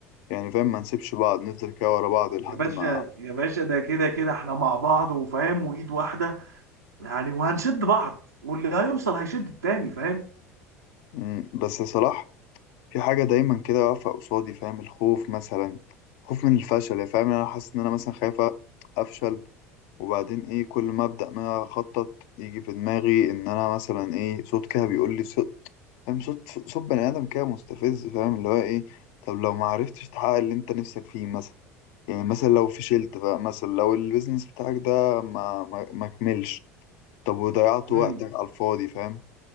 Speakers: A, on the left; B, on the right.
A: يعني فاهم ما نسيبش بعض نفضل كده ورا بعض لحد
B: يا باشا
A: ما
B: يا باشا ده كده كده احنا مع بعض وفاهم وايد واحده يعني وهنشد بعض واللي هيوصل هيشد التاني فاهم
A: مم، بس يا صلاح في حاجة دايما كده واقفة قصادي فاهم الخوف مثلا خوف من الفشل يعني فاهم يعني انا حاسس ان انا مثلا خايف افشل وبعدين ايه كل ما ابدا ما اخطط يجي في دماغي ان انا مثلا ايه صوت كده بيقول لي صوت فاهم صوت صوت بني ادم كده مستفز فاهم اللي هو ايه طب لو ما عرفتش تحقق اللي انت نفسك فيه مثلا يعني مثلا لو فشلت بقى مثلا لو البيزنس بتاعك ده ما ما ما كملش طب وضيعت
B: امم
A: وقتك على الفاضي فاهم